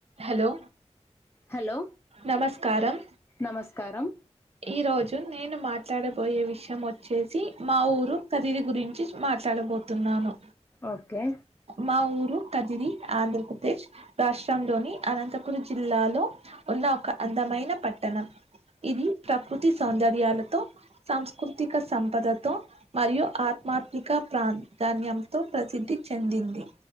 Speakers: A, on the right (about 60°); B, on the left (about 20°).
A: Hello
B: hello
A: నమస్కారం
B: నమస్కారం
A: ఈ రోజు నేను మాట్లాడబోయే విషయం వచ్చేసి మా ఊరు కదిరి గురించి మాట్ తడబోతున్నాను
B: ఓకే
A: మా ఊరు కదిరి ఆంధ్రప్రదేశ్ రాష్ట్రం ధోని అనంతపుర్ జిల్లాలో ఉన్న ఒక అందమైన పట్టణం ఇది ప్రకృతి సౌందర్యాలతో సాంస్కృతిక సంపదతో మరియు ఆత్మాత్మ ప్రాధాన్యంతో ప్రసిద్ధి చెందింది